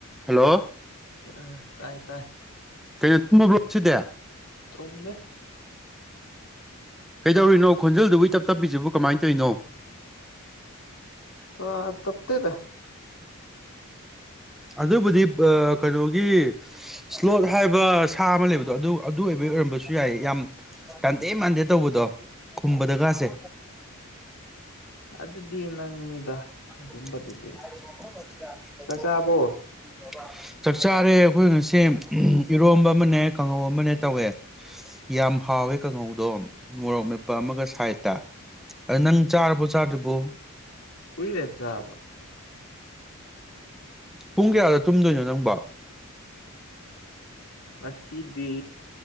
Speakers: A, in the centre; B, on the left.
A: hello
B: ꯑ ꯇꯥꯏ ꯇꯥꯏ
A: ꯀꯩꯅꯣ ꯇꯝꯃꯕꯣ ꯉꯁꯤꯗꯦ
B: ꯇꯣꯝꯗ
A: ꯀꯩꯗꯧꯔꯤꯅꯣ ꯈꯣꯟꯖꯦꯜꯗꯨꯕꯨ ꯏ ꯇꯞ ꯇꯞꯄꯤꯁꯤꯕꯨ ꯀꯃꯥꯏꯅ ꯇꯧꯔꯤꯅꯣ
B: ꯑ ꯇꯞꯇꯦ ꯗ
A: ꯑꯗꯨꯕꯨꯗꯤ ꯀꯩꯅꯣꯒꯤ ꯏꯁ꯭ꯂꯣꯠ ꯍꯥꯏꯕ ꯁꯥ ꯑꯃ ꯂꯩꯕꯗꯣ ꯑꯗꯨ ꯑꯗꯨ ꯑꯣꯏꯕꯒꯤ ꯑꯣꯏꯔꯝꯕꯁꯨ ꯌꯥꯏ ꯌꯥꯝ ꯇꯥꯟꯗꯦ ꯃꯥꯟꯗꯦ ꯇꯧꯕꯗꯣ ꯈꯨꯝꯕ ꯗꯒꯥꯁꯦ
B: ꯑꯗꯨꯗꯤ ꯅꯪꯅꯤꯗ ꯑꯗꯨꯝꯕꯗꯨꯗꯤ
A: <unintelligible>
B: ꯆꯥꯛ ꯆꯥꯕꯣ
A: ꯆꯥꯛ ꯆꯥꯔꯦ ꯑꯩꯈꯣꯏ ꯉꯁꯤ ꯏꯔꯣꯝꯕ ꯑꯃꯅꯦ ꯀꯥꯡꯉꯧ ꯑꯃꯅꯦ ꯇꯧꯋꯦ ꯌꯥꯝ ꯍꯥꯎꯋꯦ ꯀꯥꯡꯉꯧꯗꯣ ꯃꯣꯔꯣꯛ ꯃꯦꯠꯞꯄ ꯑꯃꯒ ꯁꯥꯏꯗꯠꯇ ꯑꯗꯣ ꯅꯪ ꯆꯥꯔꯕꯣ ꯆꯥꯗꯔꯤꯕꯣ
B: ꯀꯨꯏꯔꯦ ꯆꯥꯕ
A: ꯑ ꯄꯨꯡ ꯀꯌꯥꯗ ꯇꯨꯝꯗꯣꯏꯅꯣ ꯅꯪꯕꯣ
B: ꯉꯁꯤꯗꯤ